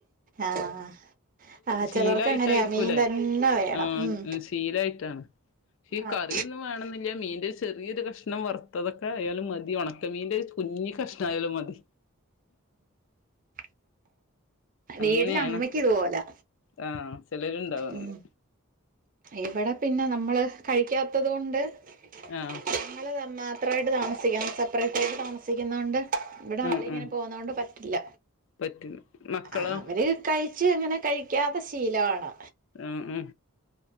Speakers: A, on the right; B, on the left.
A: ആഹ് ആഹ
B: ശീലായിട്ടായിരിക്കൂലേ
A: ച്ചെലർക്ക്. അങ്ങനെയ മീൻ തന്നെ വേണം
B: ആഹ്
A: ഉം
B: ശീലായിട്ടാണ് ഈ
A: ആഹ്
B: കറിയൊന്നും വേണന്നില്ല്യ. മീൻ ഹ്. ചെറിയരു കഷ്ണം വറുത്തതൊക്കെ ആയാലും മതി ഉണക്കമീൻന്റെ കുഞ്ഞ് കഷ്ണ ആയാലും മതി
A: <unintelligible>
B: അങ്ങനെയാണ്
A: വീട്ടില് അമ്മയ്ക്ക് ഇതുപോലാ
B: ആ, ഹ, ആ, ചെലരുണ്ടാവും, അങ്ങനെ
A: ഉം ഇവിടെ പിന്നെ നമ്മള്. ഹ്. കഴിക്കാത്തത് കൊണ്ട്. <unintelligible>
B: ആഹ്
A: മാത്രോയിട്ട്. താമസിക്കാം. സെപ്പറേറ്റ് ആായിട്ട് താമസിക്കുന്നോണ്ട്. ഇവിടെ
B: ഉം
A: ആളെ ഇങ്ങനെ
B: ഉം
A: പോന്നൊണ്ട്. പ ഇല്ല.
B: പറ്റും മക്കളോ
A: അ. അവര് കയിച്ച് അങ്ങനെ കഴിക്കാത്തെ ശീലാണ്
B: ആഹ ആഹ